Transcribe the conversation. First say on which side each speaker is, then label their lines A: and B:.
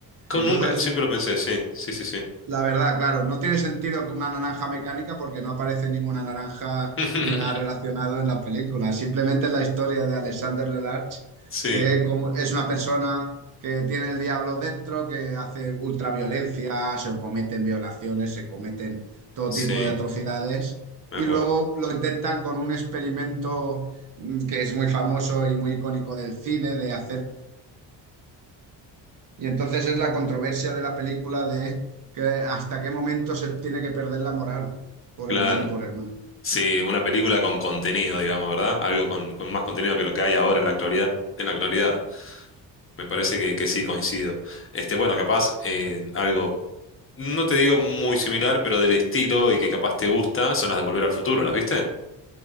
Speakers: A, on the left; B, on the right.
A: Con
B: Entonces,
A: nunca, siempre lo pensé, sí, sí, sí, sí.
B: la verdad, claro, no tiene sentido que una naranja mecánica porque no aparece ninguna naranja
A: <laughs>
B: ni nada relacionado en la película. Simplemente es la historia de Alexander Lelarge,
A: Sí,
B: que como es una persona que tiene el diablo dentro, que hace ultraviolencia, se cometen violaciones, se cometen todo
A: sí,
B: tipo de atrocidades.
A: me
B: Y
A: acuerdo.
B: luego lo intentan con un experimento mm, que es muy famoso y muy icónico del cine, de hacer y entonces es la controversia de la película de que hasta qué momento se tiene que perder la moral por
A: Claro.
B: el bien y por el mal.
A: Sí, una película con contenido, digamos, ¿verdad? Algo con, con más contenido que lo que hay ahora en la actualidad. En la actualidad. Me parece que, que sí, coincido. Este, bueno, capaz eh, algo, no te digo muy similar, pero del estilo y que capaz te gusta, son las de Volver al Futuro, ¿las viste?